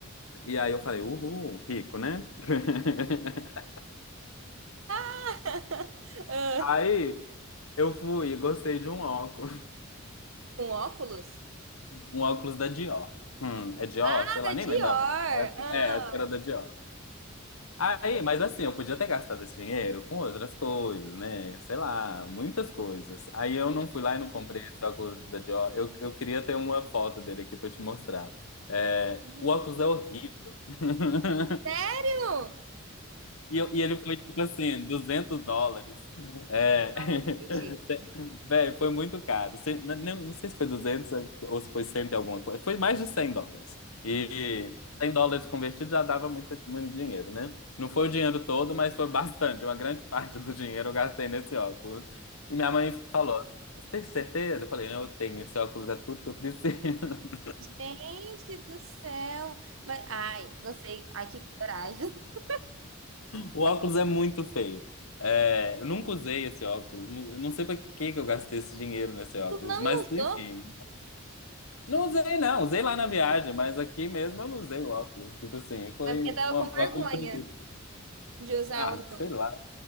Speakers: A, on the left; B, on the right.
A: E aí eu falei, uhul, rico, né? <laughs>
B: <laughs> Ah,
A: Aí Eu fui e gostei de um óculos.
B: Com óculos?
A: Um óculos da Dior. Hum, é Dior?
B: Ah,
A: Sei lá,
B: da
A: nem
B: Dior!
A: lembrava.
B: Ah.
A: É, é, acho que era da Dior. Aí, mas assim, eu podia ter gastado esse dinheiro com outras coisas, né? Sei lá, muitas coisas. Aí eu não fui lá e não comprei esse óculos da Dior. Eu, eu queria ter uma foto dele aqui pra eu te mostrar. É,
B: Hum.
A: o óculos é horrível. <laughs>
B: Sério?
A: E, eu- e ele foi tipo assim, 200 dólares. É.
B: Ah,
A: <laughs>
B: não acredito.
A: Velho, foi muito caro. Cem- n- nem- Não, sei se foi 200 ou se foi 100 e alguma coisa. Foi mais de 100 dólares. E 100 dólares convertido já dava muito, muito dinheiro, né? Não foi o dinheiro todo, mas foi bastante. Uma grande <laughs> parte do dinheiro eu gastei nesse óculos. E minha mãe falou: Você tem certeza? Eu falei: Eu tenho, esse óculos é tudo que eu preciso. <laughs>
B: Gente do céu! Mas, ai, não sei. Ai, que coragem. <laughs>
A: O óculos é muito feio. É, eu nunca usei esse óculos. Não Eu não sei pra que que eu gastei esse dinheiro nesse óculos,
B: Tu não
A: mas
B: usou?
A: enfim. Não usei, não. Usei lá na viagem, mas aqui mesmo eu não usei o óculos. Tipo assim, foi
B: É porque tava
A: uma,
B: com vergonha
A: uma compra. inútil.
B: de usar
A: Ah,
B: o.
A: sei lá.